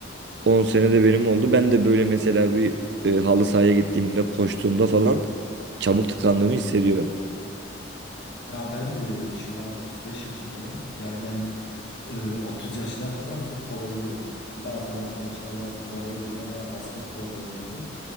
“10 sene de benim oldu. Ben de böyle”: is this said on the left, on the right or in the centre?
Right